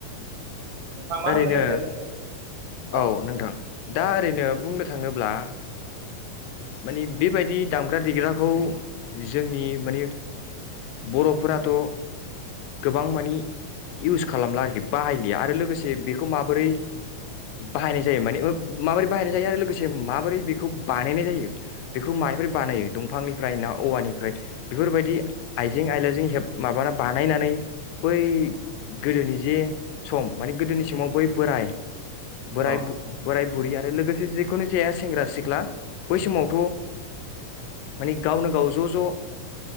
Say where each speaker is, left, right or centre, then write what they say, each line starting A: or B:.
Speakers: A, on the right; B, on the left.
A: नोंथाङा मा
B: ओरैनो
A: होननो नागिरदोंमोन नोंथां अ
B: औ नोंथां दा ओरैनो बुंनो थाङोब्ला मानि बेबायदि दामग्रा देग्राखौ जोंनि मानि बर'फोराथ' गोबांमानि इउस खालामला आरोखि बाहायलिया आरो लोगोसे बेखौ माबोरै बाहायनाय जायो माने माबोरै बाहायनाय जायो आरो लोगोसे माबोरै बेखौ बानायनाय जायो बेखौ मानिफ्राय बानायो दंफांनिफ्राय ना औवानिफ्राय बेफोरबायदि आइजें आइलाजों हेब माबाना बानायनानै बै गोदोनि जे सम मानि गोदोनि समाव बै बोराय बोराय
A: अ
B: बोराय बुरिया आरो लोगोसे जिखुनु जाया सेंग्रा सिख्ला बै समावथ' माने गावनो गाव ज' ज'